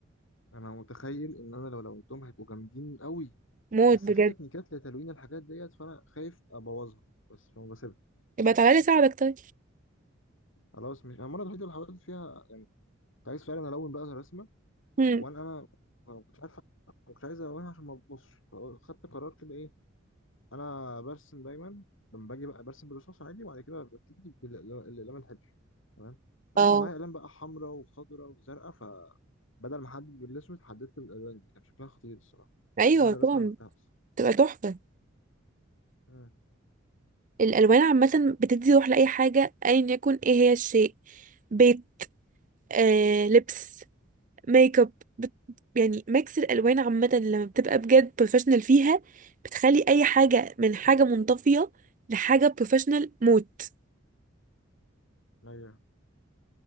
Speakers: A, on the left; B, on the right.
A: انا متخيل ان انا لو لونتهم هيبقوا جامدين قوي
B: موت
A: بس
B: بجد
A: في تكنيكات لتلوين الحاجات ديت فانا خايف ابوظها بس فما بسيبها
B: يبقى تعالى لي ساعدك طيب
A: خلاص مش انا المره الوحيده اللي حاولت فيها يعني كنت عايز فعلا الون بقى رسمه
B: هم.
A: وانا انا ما كنتش عارف ما كنتش عايز الونها عشان ما تبصش فخدت قرار كده ايه انا برسم دايما لما باجي بقى برسم بالرصاص عادي وبعد كده ببتدي بالاقلام الحبر تمام فانا
B: اه
A: كان معايا اقلام بقى حمراء وخضراء وزرقاء فبدل ما احدد بالاسود حددت بالالوان دي كان شكلها خطير الصراحه
B: ايوه
A: من احلى
B: طبعا
A: رسمه عملتها اصلا
B: تبقى تحفة
A: امم
B: الالوان عامة بتدي روح لاي حاجة ايا يكن ايه هي الشيء بيت آه لبس ميك اب بت... يعني ميكس الالوان عامه لما بتبقى بجد بروفيشنال فيها بتخلي اي حاجه من حاجه منطفيه لحاجه بروفيشنال موت
A: ايوه